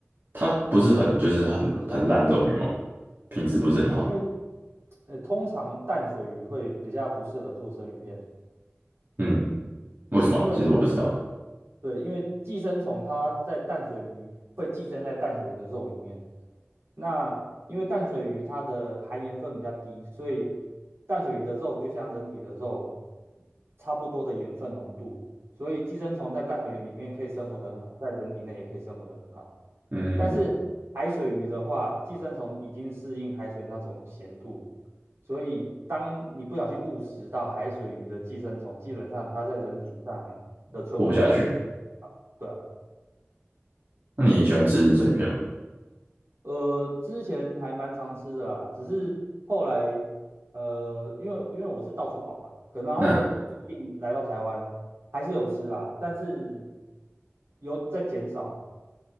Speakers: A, on the right; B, on the right.
A: 它不是很就是很很烂这种鱼吗？品质不是很好。
B: 因为呃通常淡水鱼会比较不适合做生鱼片。
A: 嗯，为什么？
B: 因为你的，
A: 其实我不知道。
B: 嗯对，因为寄生虫它在淡水鱼会寄生在淡水鱼的肉里面。那因为淡水鱼它的含盐分比较低，所以淡水鱼的肉就像人体的肉差不多的盐分浓度，所以寄生虫在淡水鱼里面可以生活得很好，在人体内也可以生活得很好。
A: 嗯，
B: 但是海水鱼的话，寄生虫已经适应海水那种咸度，所以当你不小心误食到海水鱼的寄生虫，基本上它在人体上的存活率不会高。
A: 活不下去。
B: 对啊，
A: 那你喜欢吃生鱼片吗？
B: 呃，之前还蛮常吃的啦，只是后来呃，因为因为我是到处跑嘛，可然后最近来到台湾还是有吃啊，
A: 嗯，
B: 但是有在减少，